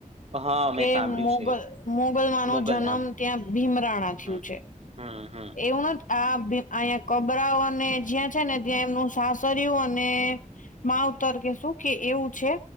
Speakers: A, on the right (about 50°); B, on the left (about 70°).
A: હા
B: કે
A: મેં સાંભળ્યું
B: મોગલ
A: છે
B: મોગલમાં નો
A: મોગલધામ
B: જન્મ ત્યાં ભીમરાણા થયું
A: હમ
B: છે.
A: હમ હમ.
B: એવુંના આ અહીં કબરાઓ અને જ્યાં છે ને ત્યાં એમનું સાસરું અને માવતર કે શું કે એવું છે,